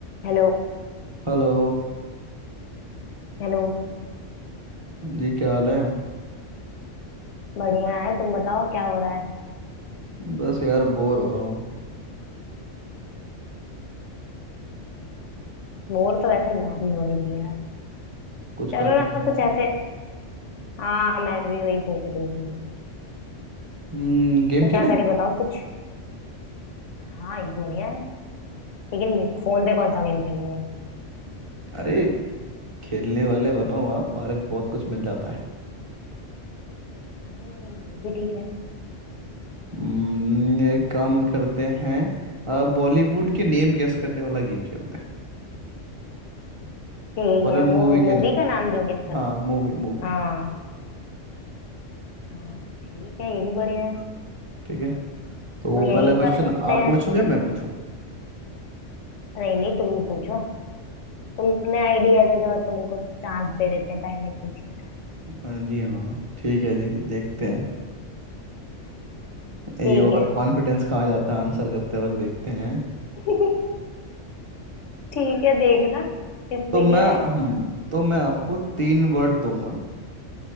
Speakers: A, on the left; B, on the right.
A: Hello
B: Hello
A: Hello
B: जी क्या हाल है
A: बढ़िया है तुम बताओ क्या हो रहा है
B: बस यार बोर हो रहा हूँ
A: बोर तो वैसे मैं भी हो रही थी यार
B: कुछ
A: चलो
B: करते
A: ना
B: हैं ना
A: कुछ ऐसे हाँ मैं भी वही सोच रही थी
B: हम्म गेम
A: तो
B: खेलें
A: क्या करे बताओ कुछ हाँ ये बढ़िया है लेकिन फोन पे कौन सा गेम खेलेंगे
B: अरे खेलने वाले बनो आप आज बहुत कुछ मिल जाता है
A: हम्म, ये भी ठीक है
B: हम्म, एक काम
A: हम्म,
B: करते हैं बॉलीवुड के नेम गेस करने वाला गेम खेलते हैं
A: ठीक
B: बॉलीवुड
A: है वो
B: मूवी के
A: मूवी
B: नेम
A: का नाम जो गेस करता
B: हाँ मूवी मूवी
A: हाँ हाँ ठीक है ये भी बढ़िया है
B: ठीक है तो
A: तो यही
B: पहला क्वेश्चन
A: करते
B: आप
A: हैं
B: पूछोगे मैं पूछूं
A: नहीं नहीं तुम ही पूछो तुमने आइडिया दे दो तुमको चांस दे देते हैं पहले पूछने का
B: हाँ जी हाँ ठीक है जी देखते हैं ये
A: ठीक
B: ओवर कॉन्फिडेंस कहा जाता है आंसर करते वक्त देखते हैं
A: है <laughs> ठीक है देखना इसमें
B: तो मैं
A: क्या है
B: हम्म तो मैं आपको तीन वर्ड दूंगा